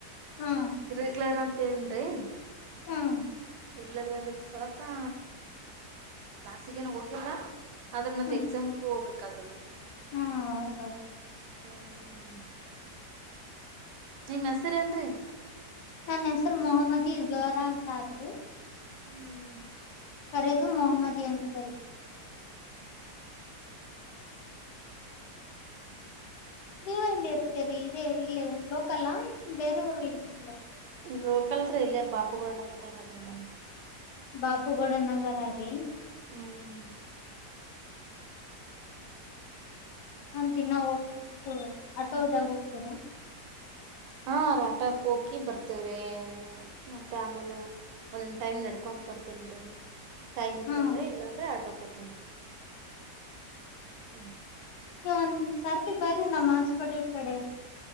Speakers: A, on the left; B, on the right.
A: ಹಾ
B: ಇರ್ ರೆಗುಲರ್ ಅಂತೇನ ರಿ. <inaudible>
A: ಹೂ <inaudible>
B: ಇರ್ ರೆಗುಲರ್ ಇತ್ತ ಸಲತ್ತ ಕ್ಲಾಸಗೇನು ಹೋಗಿಲ್ಲ. <inaudible> ಆದರ ಮತ್ತ
A: ಹ್ಮ್
B: ಎಕ್ಸಾಮ್ ಕೂ ಹೋಗ್ಬೇಕ ಆತದ್ರೀ. <inaudible>
A: ಹಾ ಹೌದ ಹೌದು <inaudible>
B: ಹ್ಮ್ ನಿಮ್ಮ ಹೆಸರ ಏನ್ರರಿ?
A: ನನ್ನ ಹೆಸರ ಮೊಹಮ್ಮದಿಝೋರಾ ಅಂತ ಆದ್ರಿ <inaudible>
B: ಹೂ <inaudible>
A: ಕರೆದು ಮೊಹಮ್ಮದಿ ಅಂತ ಕರಿತಾರ ನೀವ್ ಎಲ್ಲಿ ಇರ್ತೀರಿ ಇದೇ ಇಲ್ಲೆ ಲೋಕಲಾ ಬೇರೆ ಊರಲ್ಲಿರ್ತೀರಾ ಅಂದೆ.
B: ಲೋಕಲ್ರಿ ಇಲ್ಲೆ ಬಾಪುಗೌಡ ನಗರದಾಗದ್ರೀ ಮನಿ
A: ಬಾಪುಗೌಡ ನಗರ ರೀ.
B: ಹ್ಮ್
A: ನ ದೀನ್ನಾ ಹೋಗ <unintelligible> ರೋದು ಆಟೋದಾಗ ಹೋಗ್ತೀರಾ.
B: ಹಾ ರಿ ಆಟೋಕ್ ಹೋಗಿ ಬರ್ತೀವ್ರೀ ಮತ್ತ ಆಮ್ಯಾಲ ಒನೊನ್ ಟೈಮ್ ನಡ್ಕೊಂತ ಬರ್ತೀನ್ರಿ. ಟೈಮ್ ಇತ್ತಂದ್ರ
A: ಹಾ
B: ಇಲ್ಲಂದ್ರ ಆಟೋಕ್ ಹೋಗ್ತೀನ್ರೀ. ಹ್ಮ್.
A: ನೀವ್ ಒಂದ್ ಸರ್ತಿ ಬರ್ರಿ ನಮ್ಮ್ ಹಾಸ್ಪಿಟಲ್ ಕಡೆ.